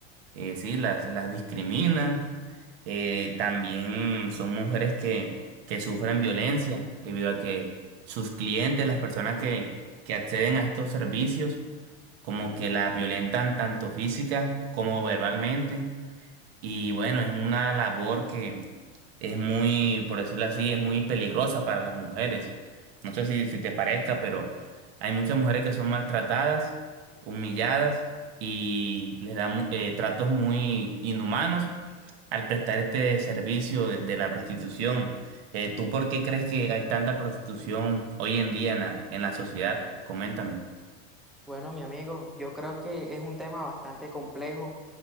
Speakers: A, on the right; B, in the centre.
A: eh, sí, las, las discriminan. Eh, también son mujeres que, que sufren violencia debido a que sus clientes, las personas que, que acceden a estos servicios, como que la violentan tanto física como verbalmente y bueno, es una labor que es muy, por decirlo así, es muy peligrosa para las mujeres. No sé si, si te parezca, pero hay muchas mujeres que son maltratadas, humilladas y les dan mu- eh, tratos muy inhumanos al prestar este servicio de, de la prostitución. Eh, ¿tú por qué crees que hay tanta prostitución hoy en día en la, en la sociedad? Coméntame.
B: Bueno, mi amigo, yo creo que es un tema bastante complejo.